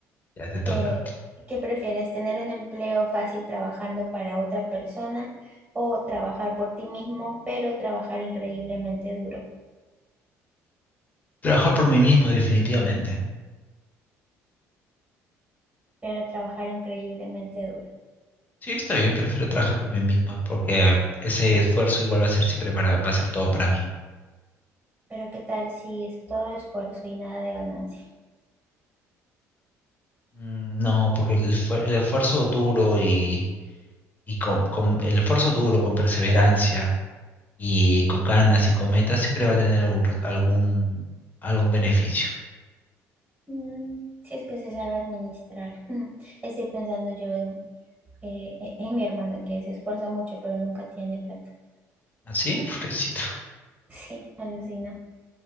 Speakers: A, on the left; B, on the right.
A: Ya te toca.
B: Eh, ¿qué prefieres, tener un empleo fácil trabajando para otra persona o trabajar por ti mismo, pero trabajar increíblemente duro?
A: Trabajar por mí mismo, definitivamente.
B: Pero trabajar increíblemente duro.
A: Sí, está bien, prefiero trabajar por mí mismo porque ese esfuerzo igual va a ser siempre para, va a ser todo para mí.
B: Pero ¿qué tal si es todo esfuerzo y nada de ganancia?
A: Mm, No, porque el, esfuer- el esfuerzo duro y, y con, con- el esfuerzo duro con perseverancia y con ganas y con metas siempre va a tener algún, re- algún, algún beneficio.
B: Mm, si es que se sabe administrar. <laughs> Estoy pensando yo en, eh, e- en mi hermano que se esfuerza mucho pero nunca tiene plata. <laughs>
A: ¿Así? <laughs> Pobrecito.
B: Sí, alucina.